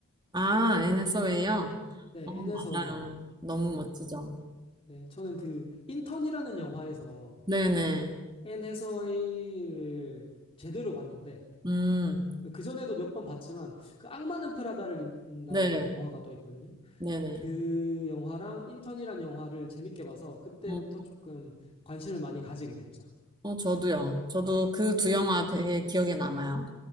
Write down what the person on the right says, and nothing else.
아, 애네 서웨이요
어,
맞아요. 너무 멋지죠.
네네.
음,
네.
네네.
어,
어, 저도요. 저도 그 두 영화 되게 기억에 남아요.